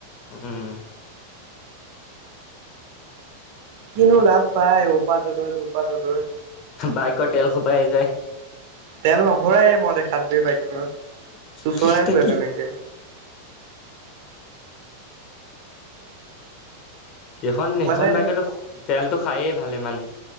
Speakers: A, on the left; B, on the right.
A: উম,
B: কিনো লাভ পায় এইহোপা তলৈ টোৰ পা তলৈ
A: বাইকৰ তেল খোপাহে যায়।
B: তেল নভৰাই মই দেখাত বে বাইকখনত। চোঁচৰাই
A: কি তই
B: ফুৰে
A: কি
B: তেনেকে।
A: সেইখন সেইখন
B: মানে
A: বাইকেতো তেলটো খায়ে ভালে মানে।